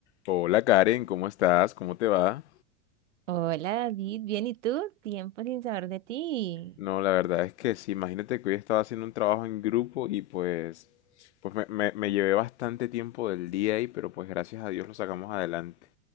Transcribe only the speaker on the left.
Hola Karen, ¿cómo estás? ¿Cómo te va?
No, la verdad es que sí, imagínate que hoy estaba haciendo un trabajo en grupo y pues, pues me, me- me llevé bastante tiempo del día ahí, pero pues gracias a Dios lo sacamos adelante.